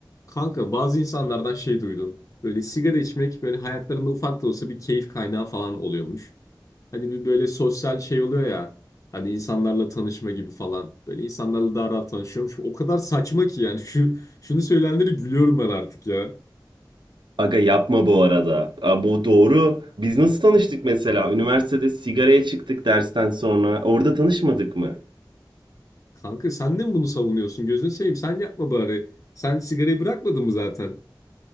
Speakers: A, on the left (about 45°); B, on the right (about 75°).
A: Kanka bazı insanlardan şey duydum. Böyle sigara içmek böyle hayatlarında ufak da olsa bir keyif kaynağı falan oluyormuş. Hani bir böyle sosyal şey oluyor ya. Hani insanlarla tanışma gibi falan. Böyle insanlarla daha rahat tanışıyormuş. O kadar saçma ki yani <laughs> şu şunu söyleyenlere gülüyorum ben artık ya.
B: Aga yapma bu arada. Aa, bu doğru. Biz nasıl tanıştık mesela? Üniversitede sigaraya çıktık dersten sonra. Orada tanışmadık mı?
A: Kanka sen de mi bunu savunuyorsun? Gözünü seveyim sen yapma bari. Sen sigarayı bırakmadın mı zaten?